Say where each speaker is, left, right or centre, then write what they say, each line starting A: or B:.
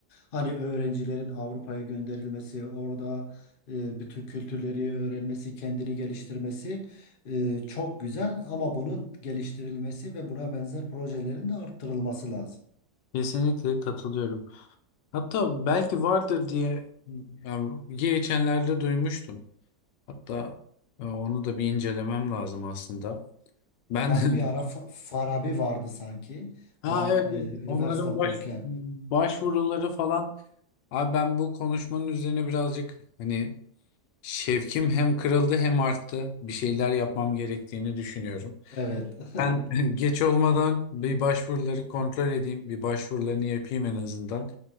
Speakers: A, on the left; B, on the left.
A: Hani öğrencilerin Avrupa'ya gönderilmesi, orada e, bütün kültürleri öğrenmesi, kendini geliştirmesi e, çok güzel. Ama bunun geliştirilmesi ve buna benzer projelerin de arttırılması lazım.
B: Kesinlikle katılıyorum. Hatta belki vardır diye yani geçenlerde duymuştum. Hatta e, onu da bir incelemem lazım aslında. Ben
A: Yani bir
B: <laughs>
A: ara Fa- Farabi vardı sanki.
B: ha
A: Ben
B: evet,
A: e,
B: evet.
A: üniversite
B: Onların
A: okurken.
B: baş başvuruları falan Abi ben bu konuşmanın üzerine birazcık hani şevkim hem kırıldı hem arttı. Bir şeyler yapmam gerektiğini düşünüyorum.
A: Evet. <laughs>
B: Ben <laughs> geç olmadan bir başvuruları kontrol edeyim. Bir başvurularını yapayım en azından.